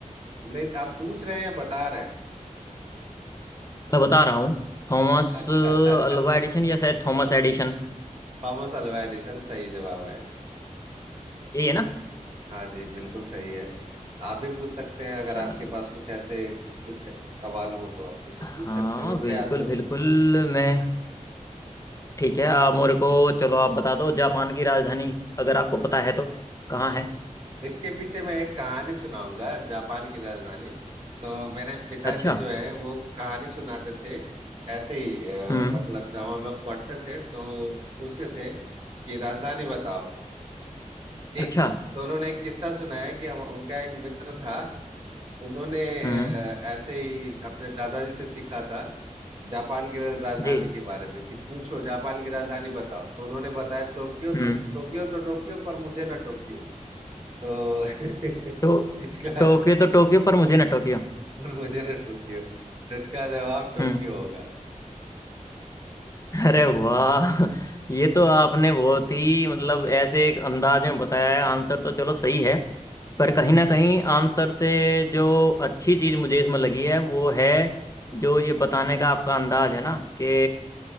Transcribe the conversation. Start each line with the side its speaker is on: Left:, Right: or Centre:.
Right: नहीं आप पूछ रहे हैं या बता रहे हैं
Left: मैं बता रहा हूँ थॉमस
Right: अच्छा <laughs>
Left: अल्वा एडिशन या शायद थॉमस एडिशन
Right: थॉमस अल्वा एडिसन सही जवाब है
Left: यही है ना
Right: हाँ जी बिल्कुल सही है आप भी पूछ सकते हैं अगर
Left: चलिए
Right: आपके पास कुछ ऐसे कुछ सवाल हो तो आप मुझसे
Left: हाँ
Right: पूछ सकते हैं मैं प्रयास
Left: बिल्कुल
Right: करूंगा
Left: बिल्कुल मैं ठीक है आप मेरे को चलो आप बता दो जापान की राजधानी अगर आपको पता है तो कहाँ है
Right: इसके पीछे मैं एक कहानी सुनाऊंगा जापान की राजधानी तो मेरे पिताजी
Left: अच्छा
Right: जो है वो कहानी सुनाते थे ऐसे ही अ,
Left: हम्म
Right: मतलब जब हम लोग पढ़ते थे तो पूछते थे कि राजधानी बताओ ठीक
Left: अच्छा
Right: तो उन्होंने एक किस्सा सुनाया कि हम उनका एक मित्र था उन्होंने
Left: हम्म
Right: अ, ऐसे ही अपने दादाजी से सीखा था जापान की राजधानी
Left: जी
Right: के बारे में कि पूछो जापान की राजधानी बताओ तो उन्होंने बताया टोक्यो
Left: हम्म
Right: पर टोक्यो तो टोक्यो पर मुझे ना टोक्यो तो <laughs>
Left: तो
Right: इसका
Left: टोक्यो तो टोक्यो पर मुझे ना टोक्यो
Right: पर मुझे ना टोक्यो तो इसका जवाब टोक्यो
Left: हम्म।
Right: होगा
Left: अरे वाह ये तो आपने बहुत ही मतलब ऐसे एक अंदाज में बताया है आंसर तो चलो सही है पर कहीं
Right: <laughs>
Left: ना कहीं आंसर से जो अच्छी चीज मुझे इसमें लगी है वो है जो ये बताने का आपका अंदाज है ना कि